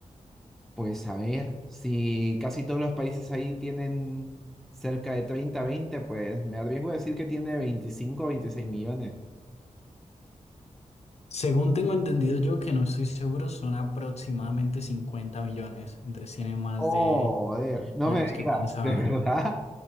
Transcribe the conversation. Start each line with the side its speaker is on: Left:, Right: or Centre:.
Centre: Pues a ver, si casi todos los países ahí tienen cerca de 30 20, pues me arriesgo a decir que tiene veinticinco o veintiséis millones.
Left: Según tengo entendido yo, que no estoy seguro, son aproximadamente 50 millones. Entonces tiene más
Centre: Joder,
Left: de,
Centre: no
Left: de
Centre: me
Left: los que
Centre: digas,
Left: pensaba.
Centre: <laughs> ¿de verdad?